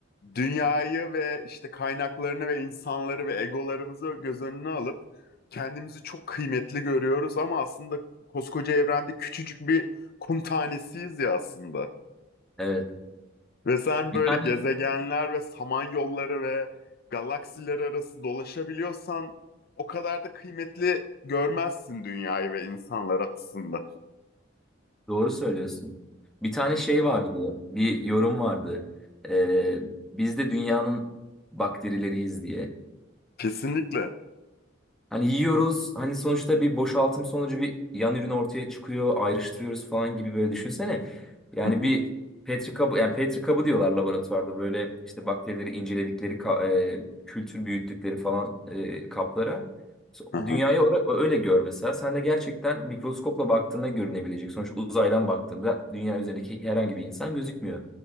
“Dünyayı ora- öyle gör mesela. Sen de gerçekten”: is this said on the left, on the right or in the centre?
Centre